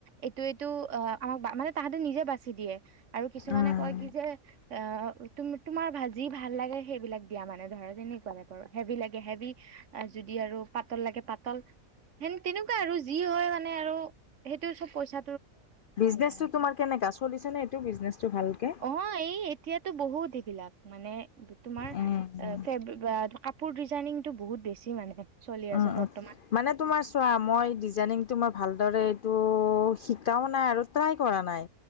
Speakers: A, on the right; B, on the left.
A: এইটো এইটো অ আমাক মানে তাহাঁতে নিজে বাচি দিয়ে। আৰু কিছুমানে
B: উম
A: কয় কি যে অ টু তুম তোমাৰ ভাজি ভাল লাগে সেইবিলাক দিয়া মানে ধৰা তেনেকুৱে বাৰু হেভি লাগে হেভি যদি আৰু পাতল লাগে পাতল সেন তেনেকুৱা আৰু যি হয় মানে আৰু সেইটো চব পইচা
B: বিজনেচটো তোমাৰ কেনেকা চলিছে নে এইটো বিজনেচটো ভালকে
A: অ এই এতিয়াতো বহুত সেইবিলাক মানে তোমাৰ
B: উম
A: ফে কাপোৰ ডিজাইনিংটো বহুত বেছি মানে চলি
B: উম,
A: আছে বৰ।
B: উম। মানে তোমাৰ চোৱা মই ডিজাইনিংতো মই ভালদৰে এইটো শিকাও নাই আৰু ট্ৰাই কৰা নাই,